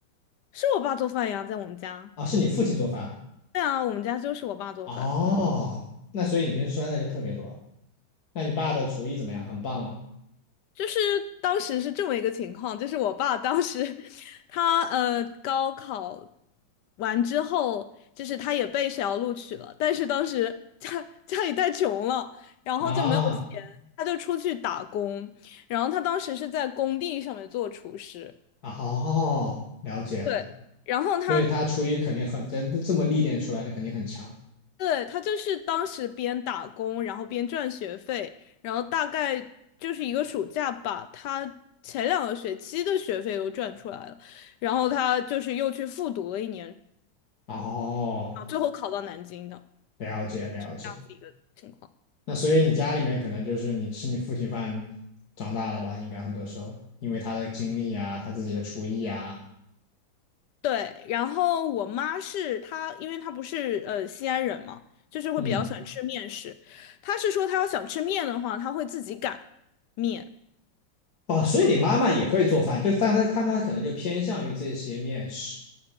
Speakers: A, on the left; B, on the left.
A: 是我爸做饭呀，在我们家。
B: 啊？是你父亲做饭啊
A: 对啊，我们家就是我爸做饭。
B: 哦，那所以你平时酸的就特别多。那你爸的厨艺怎么样？很棒吗？
A: 就是当时是这么一个情况，就是我爸当时 <laughs> 他呃高考完之后，就是他也被学校录取了，但是当时家家里太穷了，然后就没有钱，
B: 啊，
A: 他就出去打工，然后他当时是在工地上面做厨师，
B: 哦，了解了。
A: 对，然后他
B: 所以他厨艺肯定很，这这么历练出来的肯定很强。
A: 对，他就是当时边打工，然后边赚学费，然后大概就是一个暑假吧，他前两个学期的学费都赚出来了，然后他就是又去复读了一年，然
B: 哦，
A: 后最后考到南京的
B: 了解了解。
A: 这样子一个情况。
B: 那所以你家里面可能就是你吃你父亲饭长大的吧？应该很多时候，因为他的经历啊，他自己的厨艺啊，
A: 对，然后我妈是她，因为她不是呃西安人嘛，就是会比较喜欢吃面食。
B: 嗯，
A: 她是说她要想吃面的话，她会自己擀面。
B: 哦，所以你妈妈也会做饭，就但她她她可能就偏向于这些面食